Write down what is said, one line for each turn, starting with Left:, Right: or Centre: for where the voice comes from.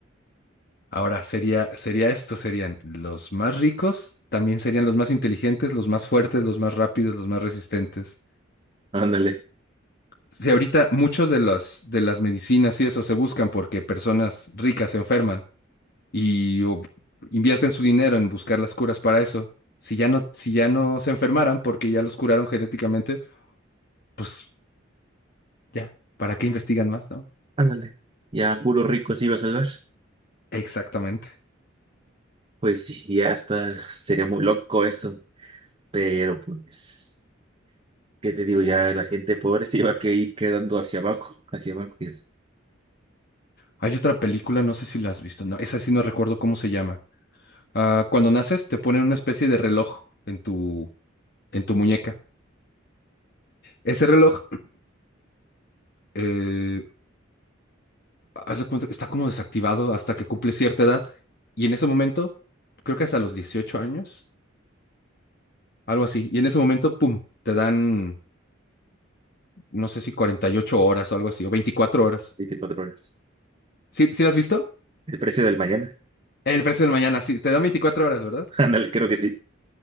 Left: Ahora sería, sería esto, serían los más ricos, también serían los más inteligentes, los más fuertes, los más rápidos, los más resistentes.
Right: Ándale.
Left: Si ahorita muchos de los, de las medicinas y eso se buscan porque personas ricas se enferman y o, invierten su dinero en buscar las curas para eso. Si ya no, si ya no se enfermaran porque ya los curaron genéticamente, pues ya, ¿para qué investigan más, no?
Right: Ándale. Ya puro rico se iba a salvar.
Left: Exactamente.
Right: Pues sí, ya está, sería muy loco eso. Pero pues, ¿qué te digo? Ya la gente pobre se iba a que ir quedando hacia abajo, hacia abajo, y eso,
Left: Hay otra película, no sé si la has visto, no, esa sí no recuerdo cómo se llama Ah, cuando naces te ponen una especie de reloj en tu, en tu muñeca. Ese reloj eh, haz de cuenta que está como desactivado hasta que cumple cierta edad. Y en ese momento, creo que hasta los 18 años, algo así. Y en ese momento, ¡pum! Te dan, no sé si 48 horas o algo así, o 24 horas.
Right: 24 horas.
Left: ¿Sí, sí lo has visto?
Right: El precio del mañana.
Left: El precio del mañana, sí, te dan 24 horas, ¿verdad?
Right: <laughs> Ándale, creo que sí.